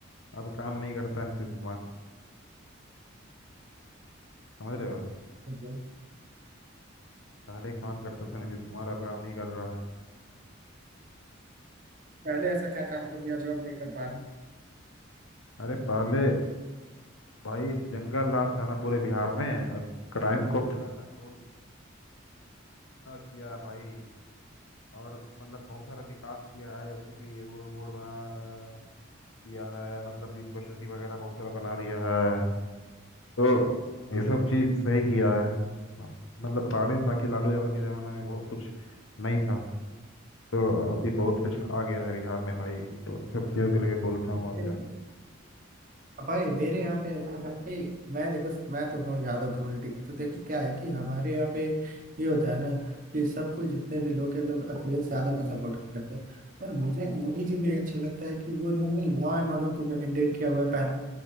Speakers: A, on the left; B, on the right.
A: अब काम नहीं करता नीतीश कुमार समझ रहे हो
B: हैं।
A: पहले काम करता था नीतीश कुमार अब काम नहीं कर रहा है
B: पहले ऐसा क्या काम कर दिया जो अब नहीं कर पा
A: अरे पहले भाई जंगल राज था ना पूरे बिहार में क्राइम को पूरा कंट्रोल किया भाई और मतलब बहुत सारा विकास किया है जैसे कि रोड बोर्ड बना अ, किया है मतलब यूनिवर्सिटी वगैरह बहुत सारा बना दिया है तो ये सब चीज़ सही किया है अब मतलब पहले था कि लालू यादव के ज़माने में बहुत कुछ नहीं था तो अभी बहुत कुछ आ गया है बिहार में भाई तो उन सब चीज़ों को लेके बोलता हूँ और
B: रहे
A: क्या
B: भाई मेरे यहाँ पे ऐसा था कि मैं देखो मैं तो हूँ यादव कम्युनिटी का तो देखो क्या है कि हमारे यहाँ पे ये होता है ना कि सब कोई जितने भी लोग हैं लोग अखिलेश यादव का सपोर्ट करते हैं पर मुझे मोदी जी में अच्छा लगता है कि वो लॉ एंड ऑर्डर को मेंटेन किया हुआ है पहले